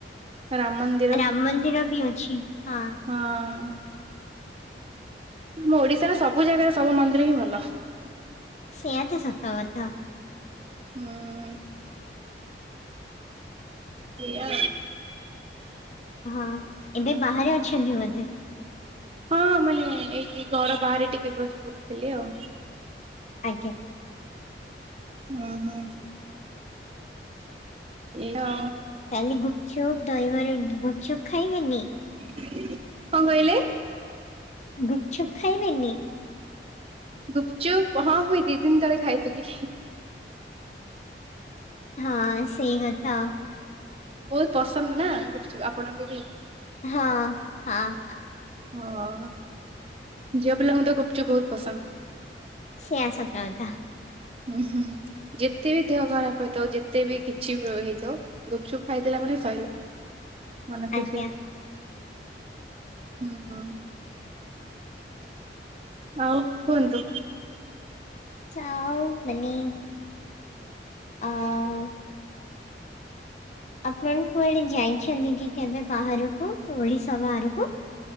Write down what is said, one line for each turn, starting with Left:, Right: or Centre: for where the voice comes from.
Right: ରାମ ମନ୍ଦ
Left: ରାମ ମନ୍ଦିର ବି ଅଛି ହା।
Right: ହଁ-ଅ-ଅ-ଅ। ଆମ ଓଡିଶାର ସବୁ ଜାଗାରେ ସବୁ ମନ୍ଦିର ହିଁ ଭଲ।
Left: ସେଆ ତ ସତ କଥା।
Right: ହୁଁ-ଉ-ଉ-ଉ। ଏଆ।
Left: ହଁ ଏବେ ବାହାରେ ଅଛନ୍ତି ବୋଧେ?
Right: ହଁ ମାନେ ଏଇଠି ଘର ବାହାରେ ଟିକେ ବସି ପଡିଥିଲି ଆଉ।
Left: ଆଜ୍ଞା।
Right: ଓ ହଁ। ଏ ହଁ।
Left: କାଲି ଗୁପଚୁପ ଦହିବରା ଗୁପଚୁପ ଖାଇବେନି।
Right: କଣ କହିଲେ?
Left: ଗୁପଚୁପ୍ ଖାଇବେନି?
Right: ଗୁପଚୁପ୍ ହଁ ମୁଇଁ ଦି ଦିନ ତଳେ ଖାଇଥିଲି।
Left: ହଁ ସେଇ କଥା।
Right: ବହୁତ ପସନ୍ଦ ନା ଗୁପଚୁପ୍ ଆପଣଙ୍କୁ ବି?
Left: ହଁ ହଁ।
Right: ହଁ-ଅ-ଅ-ଅ ଝିଅ ପିଲାଙ୍କୁ ତ ଗୁପଚୁପ୍ ବହୁତ ପସନ୍ଦ।
Left: ସେଆ ସତ କଥା।
Right: ହୁଁ ହୁଁ। ଯେତେ ବି ଦେହ ଖରାପ ହେଇଥାଉ ଯେତେ ବି କିଛି ବି ହେଇଥାଉ ଗୁପଚୁପ୍ ଖାଇଲା ଦେଲା ମାନେ ସଇଲା। ମନ ଖୁସି
Left: ଆଜ୍ଞା।
Right: ହୁଁ ହୁଁ। ଆଉ କୁହନ୍ତୁ?
Left: ଚାଉ-ଉ-ମିନି ଆ-ଆ-ଆ ଆପଣ କୁଆଡେ ଯାଇଛନ୍ତି କି କେବେ ବାହାରକୁ ଓଡିଶା ବାହାରକୁ?